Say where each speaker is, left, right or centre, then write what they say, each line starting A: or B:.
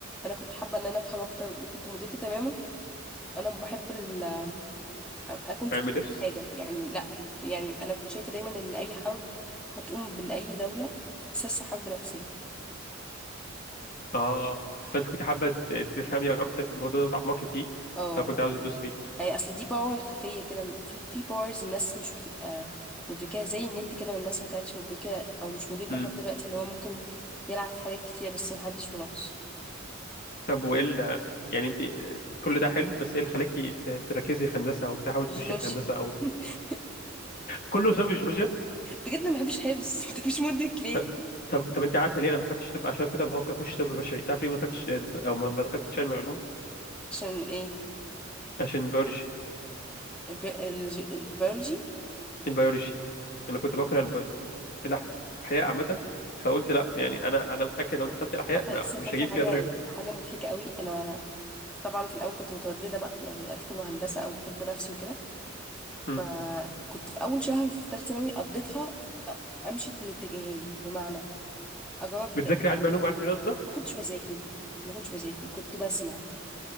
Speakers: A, in the centre; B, on the left (about 45°).
A: انا كنت حابه ان انا افهم اكتر وكنت مدركه تماما انا بحب ال... اكون
B: علم
A: في قمه
B: النفس
A: حاجه يعني لا يعني انا كنت شايفه دايما ان اي حرب هتقوم من اي دوله اساسها حرب نفسيه
B: اه فانت كنت حابه ت- تفهمي اكتر في الموضوع ده وتعمقي فيه
A: اه
B: فكنت عاوز تدوس
A: يعني اصل دي باور خفيه كده في في باورز الناس مش بتبقى مدركاها زي النت كده ما الناس ما كانتش مدركه او مش مدركه
B: فيه
A: لحد دلوقتي ان هو ممكن يلعب في حاجات كتير بس محدش ملاحظ
B: طب وايه ال- يعني انت كل ده حلو بس ايه اللي خلاكي ت- تركزي في هندسه او تحاولي تخشي
A: جيولوجيا
B: هندسه قوي
A: <laughs>
B: كله بسبب الجيولوجيا
A: بجد أنا ما بحبش حفظ <laughs> انت مش مدرك ليه
B: ط- طب طب انت عارفه ليه انا ما دخلتش طب عشان كنت بفكر اخش طب بشري تعرف ليه ما دخلتش او ما ما دخلتش علم علوم
A: عشان ايه
B: عشان البيولوجي
A: الب... الج... البيولوجي
B: البيولوجي انا كنت
A: مم.
B: بكره البي... الاحياء عامه فقلت لا يعني انا انا متاكد لو دخلت الاحياء
A: تصدق
B: ما-
A: لسه
B: مش
A: فاكره
B: هجيب
A: حاجه
B: فيها درجه
A: حاجه مضحكه قوي انا طبعا في الاول كنت متودده بقى يعني ادخل هندسه او طب نفسي وكده
B: امم
A: فكنت في اول شهر في ثالثه ثانوي قضيتها امشي الاتجاهين بمعنى اجاوب
B: بتذاكر
A: د...
B: علم علوم علم رياضه
A: ما كنتش بذاكر ما كنتش بذاكر كنت بسمع